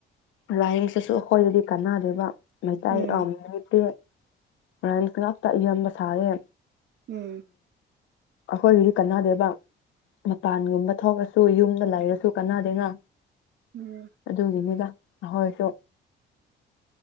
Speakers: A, on the left (about 75°); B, on the right (about 60°).
A: ꯂꯥꯏꯍꯤꯛꯁꯤꯁꯨ ꯑꯈꯣꯏꯗꯗꯤ ꯀꯥꯟꯅꯗꯣꯏꯕ ꯃꯩꯇꯩ
B: ꯎꯝ
A: ꯌꯥꯝꯕ ꯅꯨꯠꯇꯦ ꯔꯥꯝꯁ ꯉꯥꯛꯇ ꯏꯌꯥꯝꯕ ꯁꯥꯌꯦ
B: ꯎꯝ
A: ꯑꯈꯣꯏꯒꯤꯗꯤ ꯀꯥꯟꯅꯗꯦꯕ ꯃꯄꯥꯟꯒꯨꯝꯕ ꯊꯣꯛꯑꯁꯨ ꯌꯨꯝꯗ ꯂꯩꯔꯁꯨ ꯀꯅꯥꯗꯦꯅ
B: ꯎꯝ
A: ꯑꯗꯨꯒꯤꯅꯤꯗ ꯑꯍꯣꯏꯁꯨ